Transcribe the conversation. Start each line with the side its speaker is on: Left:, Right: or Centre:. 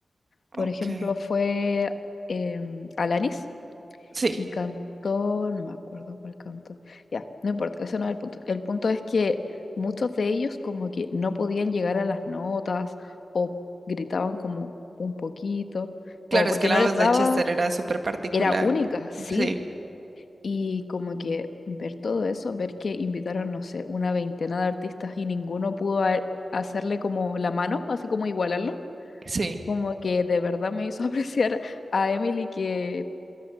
Right: Ok.
Left: Por ejemplo, fue em, Alanis.
Right: Sí,
Left: Y cantó, no me acuerdo cuál cantó. Ya, no importa, ese no es el punto. El punto es que muchos de ellos como que no podían llegar a las notas o gritaban como un poquito,
Right: claro,
Left: como porque
Right: es que la
Left: no les
Right: voz
Left: daba,
Right: de Chester era súper particular.
Left: era única, sí.
Right: Sí,
Left: Y como que ver todo eso, ver que invitaron, no sé, una veintena de artistas y ninguno pudo a- hacerle como la mano, así como igualarlo,
Right: sí,
Left: como que de verdad me hizo <laughs> apreciar a Emily que